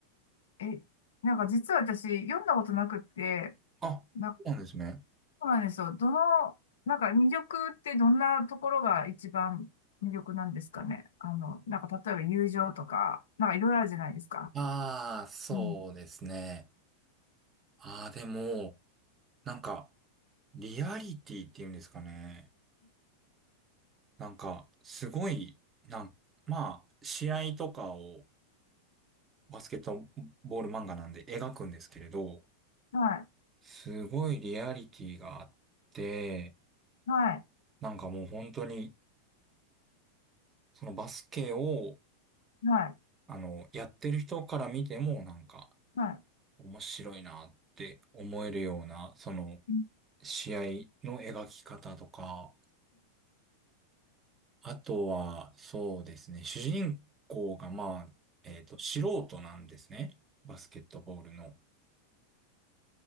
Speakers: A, on the left (about 60°); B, on the right (about 20°).
A: え、なんか実は私読んだことなくって、
B: あ、
A: な、
B: そうなんですね。
A: そうなんですよ。どの、なんか魅力ってどんなところが一番魅力なんですかね。あの、なんか例えば友情とか、なんかいろいろあるじゃないですか。
B: ああ、そうですね。
A: うん。
B: ああ、でも、なんか、リアリティっていうんですかね。なんか、すごい、なん、まあ、試合とかをバスケットボール漫画なんで描くんですけれど、
A: はい。
B: すごいリアリティがあって、
A: はい。
B: なんかもう本当に、そのバスケを、
A: はい。
B: あの、やってる人から見ても、なんか、
A: はい。
B: 面白いなって思えるような、その、
A: うん
B: 試合の描き方とか、あとは、そうですね、主人公が、まあ、えっと、素人なんですね。バスケットボールの。